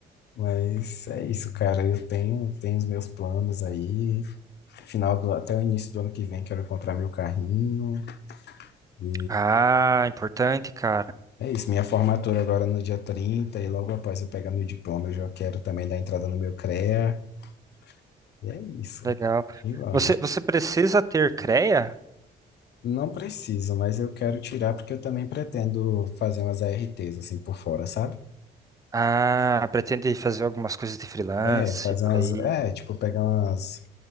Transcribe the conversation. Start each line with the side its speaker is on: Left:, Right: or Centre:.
Left: Mas é isso, cara. Eu tenho, tenho os meus planos aí. Final do, até o início do ano que vem, quero comprar meu carrinho. E
Right: Ah, importante, cara.
Left: é isso. Minha formatura agora é no dia 30 e logo após eu pegar meu diploma, eu já quero também dar entrada no meu CREA. E é isso.
Right: Legal.
Left: E vamos.
Right: Você, você precisa ter creia?
Left: Não preciso, mas eu quero tirar porque eu também pretendo fazer umas ARTs assim por fora, sabe?
Right: Ah, pretende fazer algumas coisas de freelance
Left: É, fazer
Right: por
Left: umas.
Right: aí.
Left: É, tipo, pegar umas.